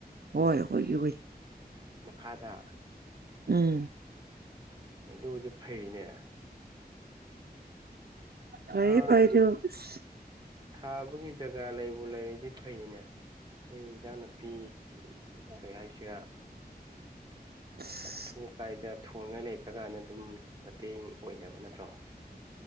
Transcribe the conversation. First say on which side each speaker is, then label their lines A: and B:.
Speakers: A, on the right (about 70°); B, on the right (about 25°).
A: ꯍꯣꯏ ꯑꯩꯈꫭꯏꯒꯤ ꯑꫭꯏ
B: ꯃꯈꯥꯗ
A: ꯎꯝ
B: ꯑꯗꯨꯕꯨꯗꯤ ꯐꯩꯅꯦ ꯃꯈꯥ
A: ꯐꯩꯌꯦ ꯐꯩ ꯑꯗꯨ ꯑꯁ
B: ꯊꯥꯕꯒꯤ ꯖꯒꯥ ꯂꯩꯕꯨ ꯂꯩꯔꯗꯤ ꯐꯩꯅꯦ ꯈꯣꯏ ꯏꯟꯖꯥꯡ ꯅꯥꯄꯤ ꯀꯩ ꯍꯥꯏꯁꯤꯔꯥ
A: ꯑꯁ
B: ꯑꯊꯨ ꯑꯀꯥꯏꯗ ꯊꯣꯡꯉꯥꯏ ꯂꯩꯇꯀꯥꯟꯗ ꯑꯗꯨꯝ ꯃꯇꯦꯡ ꯑꯣꯏꯅꯕ ꯅꯠꯇ꯭ꯔꯣ